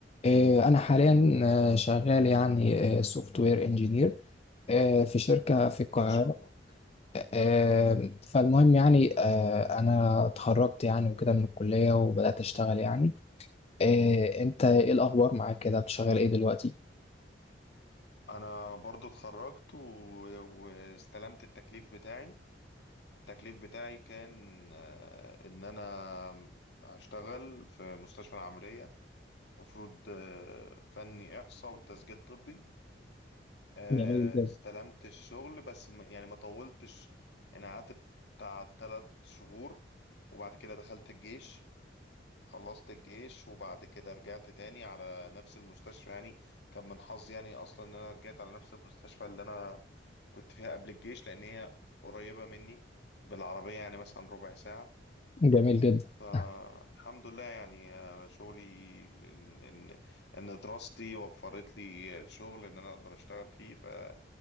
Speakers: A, on the left; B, on the left.
A: آه، أنا حاليا آه، شغال يعني سوفت وير انجينير في شركة في القاهرة
B: ما شاء الله
A: آه، فالمهم يعني آه، أنا اتخرجت يعني وكده من الكلية وبدأت أشتغل يعني آه، أنت إيه الأخبار معاك كده بتشغل إيه دلوقتي؟
B: انا برضو اتخرجت و... واستلمت التكليف بتاعي التكليف بتاعي كان آه، ان انا هشتغل في مستشفى العملية مفروض آه، فني احصاء وتسجيل طبي آه،
A: جميل جدا
B: استلمت الشغل بس م- يعني ما طولتش يعني قعدت بتاع تلات شهور وبعد كده دخلت الجيش خلصت الجيش وبعد كده رجعت تاني على نفس المستشفى يعني كان من حظي يعني اصلا ان انا رجعت على نفس المستشفى اللي انا كنت فيها قبل الجيش لان هي قريبة مني بالعربية يعني مثلا ربع ساعة
A: جميل جدا
B: فالحمد
A: <laughs>
B: لله يعني انا شغلي ان ان إن دراستي وفرت لي شغل ان انا اقدر اشتغل فيه ف-